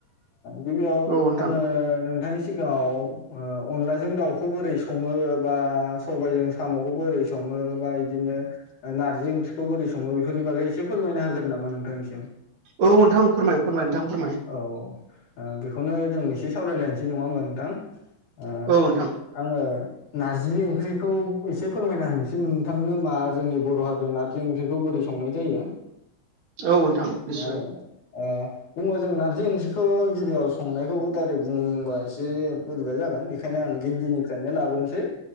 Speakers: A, on the left; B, on the right.
A: गिबियाव
B: औ नोंथां
A: आङो नोंथां सिगाङाव अनलाजों दाउखौ बोरै सङो बा सबायजों साम'खौ बोरै सङो बा इदिनो नारजि ओंख्रिखौ बोरै सङो बेफोरनि बागै एसे फोरमायना होगोन नामा नोंथांसिम
B: औ नोंथां फोरमाय फोरमाय नोंथां फोरमाय
A: औ बेखौनो जों एसे सावरायलायनोसै नङा होमा नोंथां ओ
B: औ नोंथां
A: आङो नारजि ओंख्रिखौ एसे फोरमायना होनोसै नोंथांनो मा जोंनि बर' हारियाव नारजि ओंख्र ओंख्रिखौ बोरै संनाय जायो
B: औ नोंथां निस्य
A: नङा होनबा ओ ओमबा जों नारजि ओंख्रिखौ गिबियाव संनायखौ दायरेक बुंबा एसेर बो बाय जागोन बेखायनो आं गिबिनिफ्रायनो लाबोनोसै